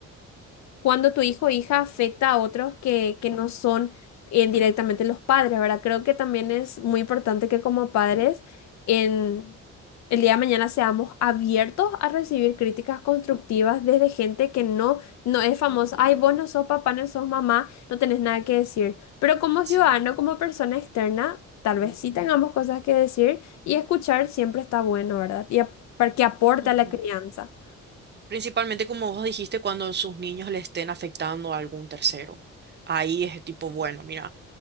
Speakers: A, on the left (about 65°); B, on the right (about 35°).
A: cuando tu hijo o hija afecta a otros que, que no son eh, directamente los padres, ¿verdad? Creo que también es muy importante que como padres en el día de mañana seamos abiertos a recibir críticas constructivas desde gente que no, no es famosa. Ay, vos no sos papá, no sos mamá, no tenés nada que decir. Pero como
B: sí.
A: ciudadano, como persona externa, tal vez sí tengamos cosas que decir y escuchar siempre está bueno, ¿verdad? Y ap- para que aporte
B: Ujú.
A: a la crianza.
B: Principalmente como vos dijiste, cuando sus niños le estén afectando a algún tercero. Ahí es tipo, bueno, mira,